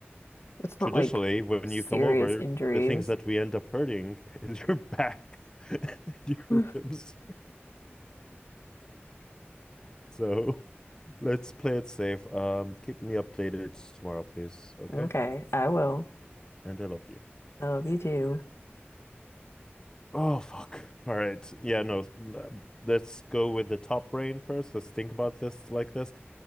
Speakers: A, on the left (about 75°); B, on the left (about 15°).
A: It's not
B: traditionally
A: like
B: when
A: serious
B: you come over,
A: injuries.
B: the things that we end up hurting <laughs> is your back <laughs> and your
A: <laughs>
B: ribs. So let's play it safe. Um, keep me updated tomorrow, please. Okay?
A: Okay, I will.
B: And I love you.
A: I love you too. <laughs>
B: Oh fuck. All right. Yeah, no. Let's go with the top brain first. Let's think about this like this.